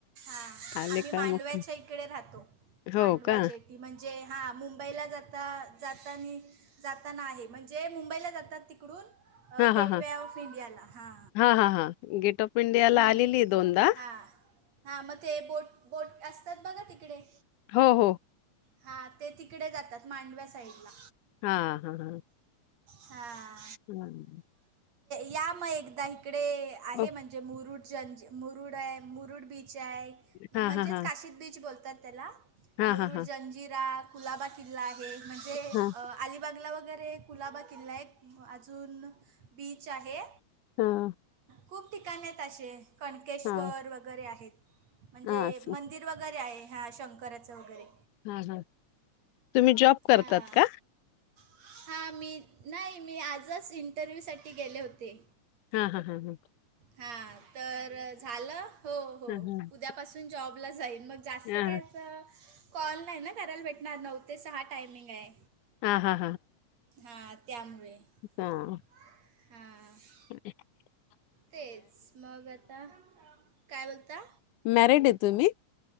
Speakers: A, on the right; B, on the left.
A: ह.
B: आले
A: आम्ही
B: का
A: मांडव्याच्या
B: मग ते.
A: इकडे राहतो.
B: हो
A: मांडवा
B: का
A: जेली. म्हणजे, हां. मुंबईला जाता - जातानी, जाताना आहे. म्हण जे, मुंबईला जातात तिकडून. अ
B: हा हा
A: गेट
B: हा
A: व ऑफ इंडियाला. <unintelligible> हा.
B: हा हा गेट ऑफ इंडियाला
A: ह.
B: आलेली दोनदा
A: हा. हा मग ते, बोट - बोट असतात बघा, तिकडे.
B: हो, हो.
A: हा, ते तिकडे जातात. मांडव्या साईडला.
B: हा, हा, हा.
A: हा.
B: <unintelligible>
A: या म एकदा इकडे. आहे
B: ओ.
A: म्हणजे मुरुडं जंजिर मुरुडय. मुरुड बीचय. म्हणजेच,
B: हा हा हा
A: काशीद बीच बोलतात त्याला.
B: हां,
A: मुरुड
B: हां, हां.
A: जंजिरा. कुलाबा किल्ला आहे. म्हणजे
B: हां,
A: अ अलिबा बागला वगैरे. कुलाबा किल्ला एक. अजून, बीच आहे.
B: ह.
A: खूप ठिकाण आहेत असे. कणकेश्वर
B: हां,
A: वगैरे आहेत. म्हणजे
B: हां, असं.
A: मंदिर वगैरे आहे. हा, शंकराचं वगैरे.
B: हा, हा. तुम्ही जॉब करतात
A: हां
B: का?
A: हां. मी, नाही. मी आजच इंटरव्ह्यूसाठी गेले होते.
B: हा, हा, हा, हा.
A: हां, तर झालं. हो, हो.
B: हां, हां.
A: उद्यापासून जॉबला जाईन. मग जास्त
B: हां.
A: काय अस कॉल नाही ना करायला भेटणार? नऊ ते सहा टायमिंग हाय.
B: हां, हां,
A: हा त्यामुळे.
B: हा.
A: हा.
B: ह <inaudible>
A: तेच मग आता, काय बोलता?
B: मॅरेड ए तुम्ही?